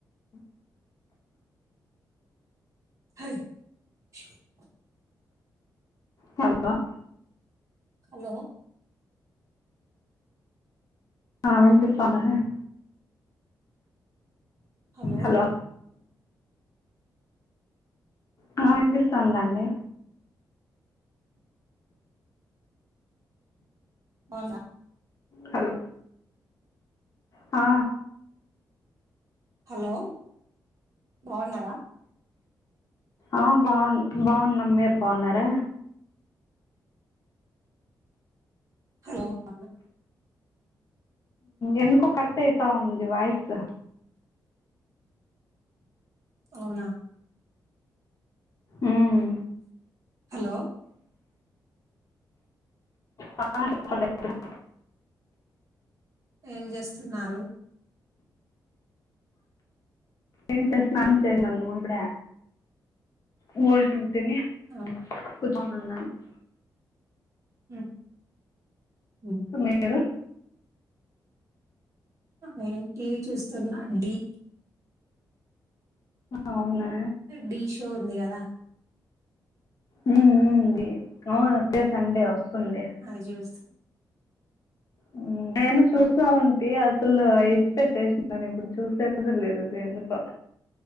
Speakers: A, on the left; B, on the right.
A: <inaudible>
B: Hi <unintelligible>
A: hello <unintelligible>
B: hello
A: వినిపిస్తాను <unintelligible>
B: hello
A: hello hello వినిపిస్తుందండి
B: అవునా <unintelligible>
A: హలో ఆ
B: హలో బాగున్నారా
A: ఆ బాగు బాగున్నాం మీరు బాగున్నారా
B: హలో <unintelligible>
A: ఎందుకో కట్ అయితా ఉంది వాయిస్
B: అవునా
A: ఉం
B: హలో
A: స <unintelligible>
B: ఏం చేస్తున్నారు
A: ఏం చేస్తన్నాన చేసను ఇప్పుడ డి నుం తిని <unintelligible>
B: అవు
A: తక్కుత ఉన్నాయి <unintelligible>
B: ఉం ఉం
A: మీరు
B: నేం టీవీ చూస్తున్న డీ
A: అవునా
B: డి షో ఉంది కదా
A: ఉం ఉం ఉంది అవును అట్టే సండే వస్తుంది
B: అది చూస్తా
A: ఉం నేను చూసు ఉంట అసలు ఎస్ పెట్టేసిని ఇప్పుడు చూసేస లేదు అది ఎందు <unintelligible> కో